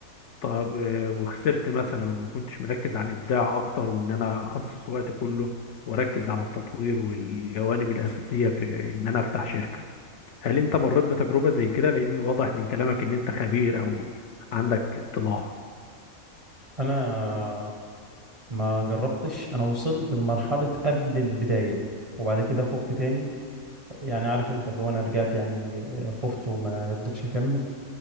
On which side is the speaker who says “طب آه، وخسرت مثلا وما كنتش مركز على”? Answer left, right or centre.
Left